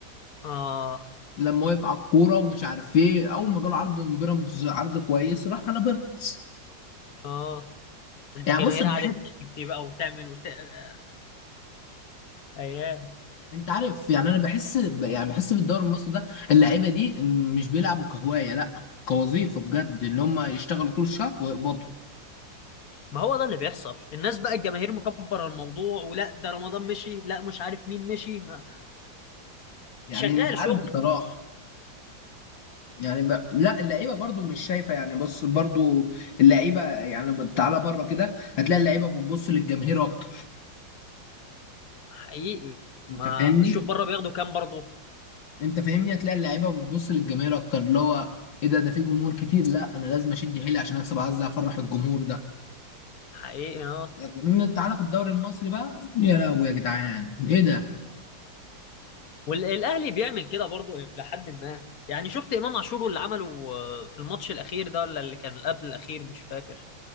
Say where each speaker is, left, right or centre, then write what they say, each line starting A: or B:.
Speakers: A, on the left (about 55°); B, on the left (about 85°).
A: اه
B: لما وقف على الكوره ومش عارف ايه اول ما جاله عرض من بيراميدز عرض كويس راح على بيراميدز
A: اه والجماهير
B: يعني بص انا
A: قعدت
B: بحب
A: تشتم فيه بقى وتعمل وت... آه، ايام
B: انت عارف يعني انا بحس ب- يعني بحس في الدوري المصري ده اللعيبه دي مش بيلعبوا كهوايه لا كوظيفه بجد اللي هم يشتغلوا طول الشهر ويقبضوا
A: ما هو ده اللي بيحصل الناس بقى الجماهير مكبره الموضوع ولا ده رمضان مشي لا مش عارف مين مشي ما...
B: يعني
A: شغال
B: مش عارف
A: شغل
B: بصراحة يعني ب... لا اللعيبة برضو مش شايفة يعني بص برضو اللعيبة يعني ب- تعالى بره كده هتلاقي اللعيبة بتبص للجماهير أكتر
A: حقيقي ما
B: أنت فاهمني؟
A: شوف بره بياخدوا كام برضه
B: أنت فاهمني هتلاقي اللعيبة بتبص للجماهير أكتر اللي هو إيه ده ده في جمهور كتير لا أنا لازم أشد حيلي عشان أكسب عايز أفرح الجمهور ده
A: حقيقي اه
B: لكن تعالى في الدوري المصري بقى يا لهوي يا جدعان إيه ده؟
A: والاهلي بيعمل كده برضو الى حد ما يعني شفت امام عاشور اللي عمله آه، في الماتش الاخير ده ولا اللي كان قبل الاخير مش فاكر